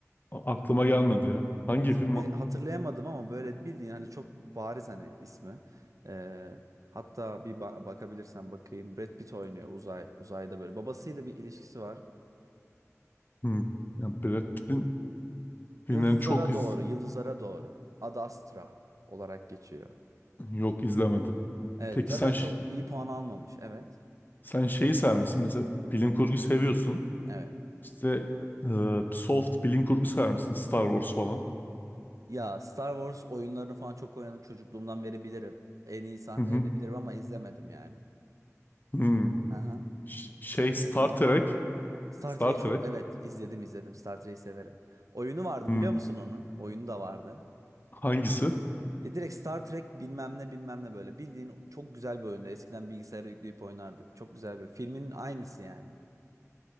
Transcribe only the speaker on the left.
A- aklıma gelmedi ya. Hangi
film o?
Hmm. Ya Brad Pitt'in filmlerini
çok iz
yok izlemedim.
Peki
sen ş-
sen şeyi sever misin? Mesela bilim kurgu seviyorsun.
İşte e, soft bilim kurgu sever misin? Star Wars falan.
Hı hı.
Hmm.
Ş- Şey
Star
Trek.
Star
Trek.
Hmm.
Hangisi?